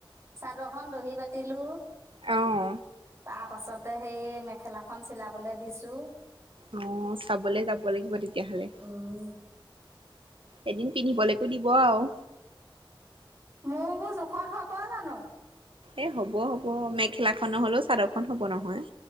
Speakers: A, on the right; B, on the right.
A: চাদৰ খন দহি পাতিলো।
B: অঁ
A: তাৰ পাছতে হেই মেখেলাখন চিলাবলে দিছো।
B: অঁ' চাবলে যাব লাগিব তেতিয়াহলে।
A: উম
B: এদিন পিন্ধিবলৈকো দিব আৰু।
A: মোৰ মোৰ জোখত হব জানো?
B: এ হ'ব হ'ব, মেখেলা খ নহলেও চাদৰ খন হ'ব নহয়।